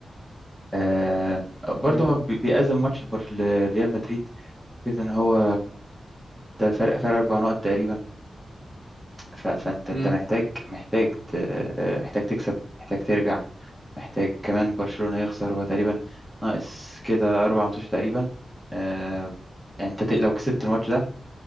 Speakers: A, in the centre; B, on the right.
A: آه برضه
B: أيوة
A: هو
B: فاهم
A: بي- بيأزم ماتش البر- لريال مدريد كده إن هو ده فرق فرق أربع نقط تقريبا ف- فأنت
B: امم
A: أنت محتاج محتاج ت- آه، محتاج تكسب محتاج ترجع محتاج كمان برشلونة يخسر هو تقريبا ناقص كده أربع ماتشات تقريبا آه، يعني انت ت- لو كسبت الماتش ده